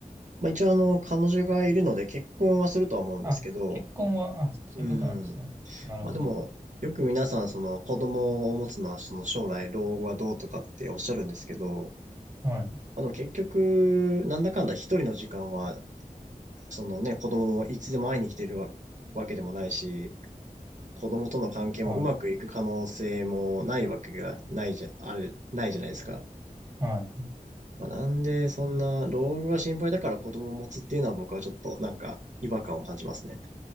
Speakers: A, on the right; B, on the right.
A: まあ一応あの、彼女がいるので結婚はするとは思うんですけど、
B: あ、結婚は、あ、そういうことなんですね。
A: うん。
B: なるほど。
A: まあでも、よく皆さん、その子供を持つのは、その将来老後はどうとかっておっしゃるんですけど、
B: はい、
A: あの結局、なんだかんだ一人の時間は、そのね、子供もいつでも会いに来てるわ、わけでもないし、子供との関係もうまくいく可能性もないわけがないじゃ、
B: はい、
A: ある、ないじゃないですか。
B: は
A: まあ、なんで、そんな、老後が心配だから子供を持つっていうのは僕はちょっとなんか違和感を感じますね。